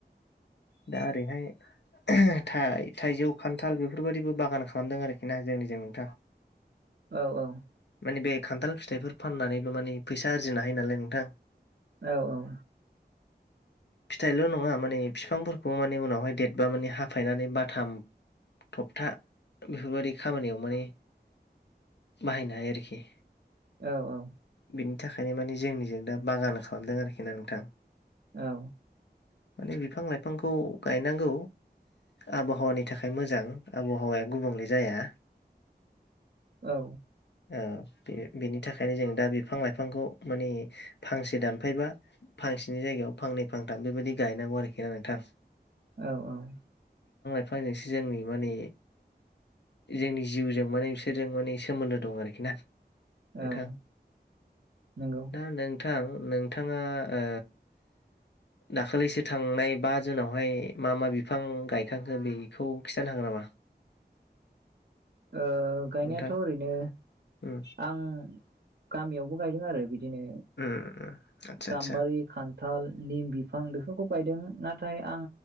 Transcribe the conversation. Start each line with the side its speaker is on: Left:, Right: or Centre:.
Left: दा ओरैहाय थाइजौ खान्थाल बेफोरबादिबो बागान खालामदों आरोखि ना जोंनिजों नोंथां
Right: औ औ
Left: माने बे खान्थाल फिथाइफोर फाननानैबो माने फैसा आरजिनो हायो नालाय नोंथां
Right: औ औ
Left: फिथाइल' नङा माने बिफांफोरखौ माने उनावहाय देरबा माने हाफायनानै बाथाम थबथा बेफोरबायदि खामानियाव माने बाहायनो हायो आरोखि
Right: औ औ
Left: बिनि थाखायनो माने जोंनिजों दा बागान खालामदों आरोखि ना नोंथां
Right: औ
Left: माने बिफां लाइफांखौ गायनांगौ आबहावानि थाखाय मोजां आबहावाया गुबुंले जाया
Right: औ
Left: ओ बेनि थाखायनो जों दा बिफां लाइफांखौ माने फांसे दानफायबा फांसेनि जायगायाव फांनै फांथाम बेबायदि गायनांगौ आरोखि ना नोंथां
Right: औ औ
Left: बिफांजोंसो जोंनि माने जोंनि जिउजों माने बिसोरजों माने सोमोन्दो दं आरोखि ना नोंथां
Right: औ नंगौ
Left: दा नोंथां नोंथाङा ओ दाखालिसो थांनाय बा जुनावहाय मा मा बिफां गायखांखो बेखौ खिन्थानो हागोन नामा
Right: ओ गायनायाथ'
Left: नोंथां
Right: ओरैनो
Left: उम
Right: आं गामियावबो गायदों आरो बिदि बिदिनो
Left: उम आदसा
Right: गाम्बारि
Left: आदसा
Right: खान्थाल निम बिफां बेफोरखौ गायदों नाथाय आं